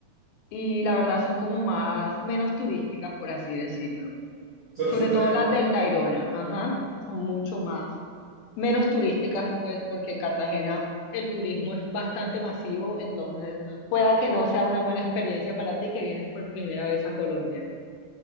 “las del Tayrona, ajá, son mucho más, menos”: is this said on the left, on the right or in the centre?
Left